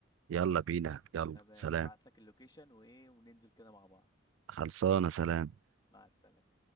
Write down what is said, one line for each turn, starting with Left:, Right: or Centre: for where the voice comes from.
Right: يلا بينا يلا
Left: تمام
Right: سلام
Left: هبعت لك اللوكيشن وايه وننزل كده مع بعض
Right: خلصانة سلام
Left: مع السلامة